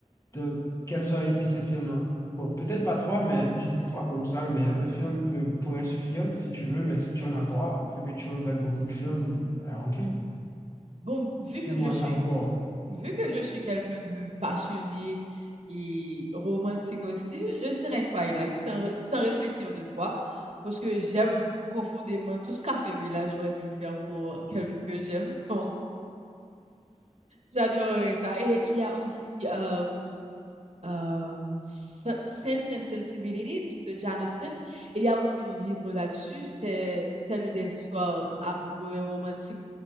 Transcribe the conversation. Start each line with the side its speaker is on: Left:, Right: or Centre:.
Left: de quels ont été ces films-là. Bon, peut-être pas trois, mais j'ai dit trois comme ça, mais un film peut- pourrait suffire si tu veux, mais si tu en as trois, vu que tu regardes beaucoup de films, ben, ok,
Right: Bon, vu
Left: fais-moi
Right: que je suis,
Left: savoir.
Right: vu que je suis quelqu'un de passionné et romantique aussi, je dirais Twilight sans, ré- sans réfléchir deux fois parce que j'aime profondément tout ce qu'a fait Bella, j'aurais pu le faire pour quelqu'un que j'aime. Donc, j'adorerais ça. Et il y a aussi euh, euh, Sense and Sensibility de Jane Austen. Il y a aussi un livre là-dessus, c'est celle des histoires amoureuses et romantiques